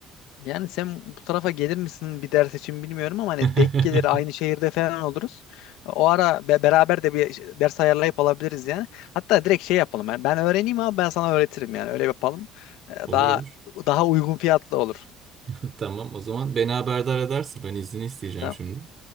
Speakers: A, on the left; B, on the right.
A: Yani sen bu tarafa gelir misin bir ders için bilmiyorum ama hani
B: <laughs>
A: denk gelir aynı şehirde falan oluruz. O ara be- beraber de bir ş- ders ayarlayıp alabiliriz yani. Hatta direkt şey yapalım. Yani ben öğreneyim abi ben sana öğretirim yani. Öyle yapalım. Ee,
B: Olur
A: Daha
B: olur.
A: daha uygun fiyatlı olur.
B: <laughs> Tamam o zaman beni haberdar edersin. Ben izni isteyeceğim
A: Ta-
B: şimdi.